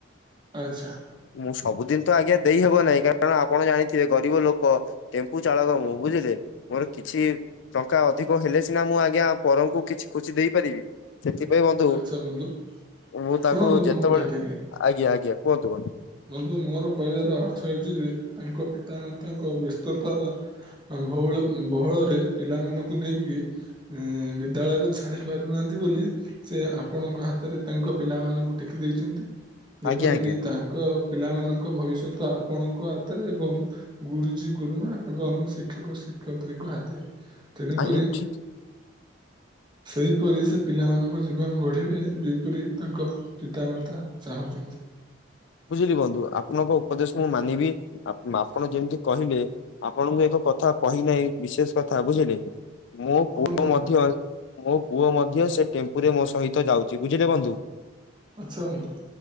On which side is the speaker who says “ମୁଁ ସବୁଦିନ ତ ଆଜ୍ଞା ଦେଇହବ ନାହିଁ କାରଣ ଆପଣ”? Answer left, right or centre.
Left